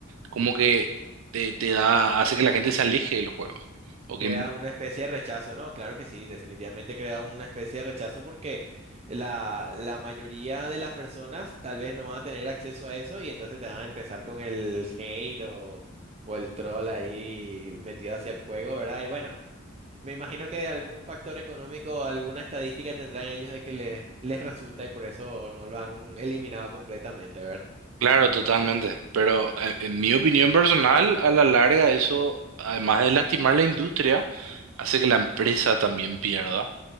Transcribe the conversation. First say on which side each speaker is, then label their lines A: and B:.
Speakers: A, on the right (about 85°); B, on the right (about 30°).
A: como que te, te da, hace que la gente se aleje de los juegos. O
B: Crea
A: que
B: una especie de rechazo, ¿no? Claro que sí, definitivamente crea una especie de rechazo porque la, la mayoría de las personas tal vez no van a tener acceso a eso y entonces te van a empezar con el hate o, o el troll ahí metido hacia el juego, ¿verdad? Y bueno, me imagino que de algún factor económico, alguna estadística tendrán ellos de que les, les resulta y por eso no lo han eliminado completamente, ¿verdad?
A: Claro, totalmente. Pero eh, en mi opinión personal, a la larga eso, además de lastimar la industria, hace que la empresa también pierda.